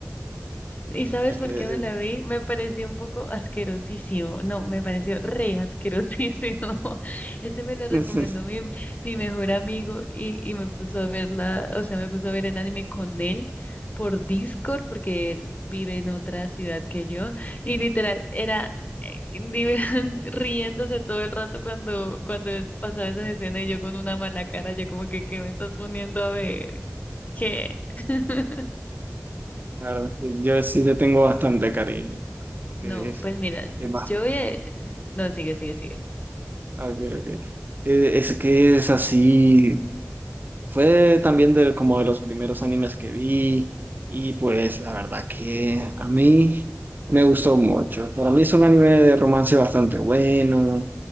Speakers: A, on the left; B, on the right.
A: ¿Y sabes
B: Eh,
A: por qué me la vi? Me pareció un poco asquerosísimo. No, me pareció re asquerosísimo. <laughs> Ese me lo recomendó
B: eh, <laughs>
A: mi, mi mejor amigo y, y me puso a verla, o sea, me puso a ver el anime con él por Discord porque él vive en otra ciudad que yo y literal era eh, vive- <laughs> riéndose todo el rato cuando, cuando pasaba esas escenas y yo con una mala cara, ya como que, ¿qué me estás poniendo a ver? ¿Qué? <laughs>
B: La verdad, yo sí le tengo bastante cariño, que
A: No,
B: es,
A: pues mira,
B: es
A: yo voy a... No, sigue, sigue, sigue.
B: bastante, que- que- es que es así, fue también de, como de los primeros animes que vi y pues la verdad que a mí me gustó mucho. Para mí es un anime de romance bastante bueno,